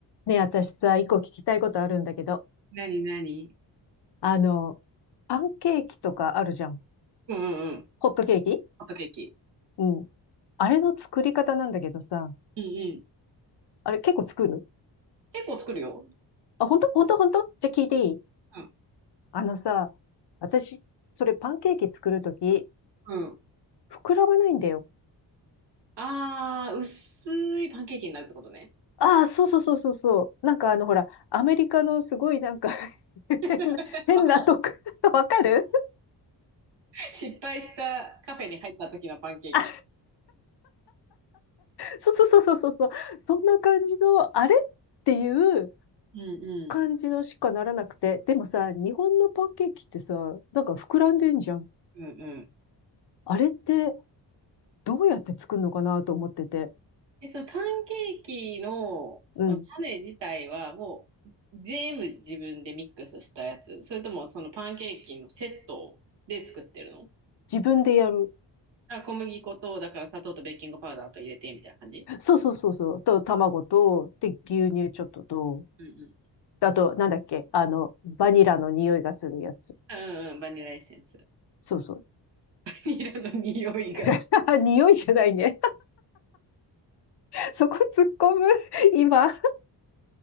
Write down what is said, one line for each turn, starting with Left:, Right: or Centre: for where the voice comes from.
Left: ねえ、私さ、一個聞きたいことあるんだけど、
Right: なになに
Left: あの、パンケーキとかあるじゃん。
Right: うんうんうん。
Left: ホットケーキ
Right: ホットケーキ。
Left: うん。あれの作り方なんだけどさ、
Right: うんうん。
Left: あれ結構作る
Right: 結構作るよ。
Left: あ、本当本当本当じゃあ聞いていい
Right: うん。
Left: あのさ、私、それパンケーキ作るとき、
Right: うん。
Left: 膨らまないんだよ。
Right: あー、薄いパンケーキになるってことね。
Left: ああ、そうそうそうそうそう。なんかあの、ほら、アメリカのすごいなんか <laughs>
Right: <laughs>
Left: 変な、変なとこ <laughs> わかる
Right: 失敗したカフェに入った時のパンケーキ。
Left: あ、そうそうそうそうそうそう。そんな感じの、あれっていう、
Right: うんうん。
Left: 感じのしかならなくて、でもさ、日本のパンケーキってさ、なんか膨らんでんじゃん。
Right: うんうん。
Left: あれってどうやって作るのかなと思ってて。
Right: で、そのパンケーキの、
Left: うん。
Right: その種自体はもう全部自分でミックスしたやつ。それともそのパンケーキのセットで作ってるの
Left: 自分でやる。
Right: あ、小麦粉と、だから砂糖とベーキングパウダーと入れてみたいな感じ
Left: そうそうそうそう。と、卵と、で、牛乳ちょっとと、
Right: うん
Left: あと、なんだっけ、あの、バニラの匂いがするやつ。
Right: うんうん、バニラエッセンス。
Left: そうそう。
Right: <laughs> バニラの匂いが、
Left: <laughs>
Right: <laughs> ち
Left: 匂いじゃないね。<laughs> そこ突っ込む、今。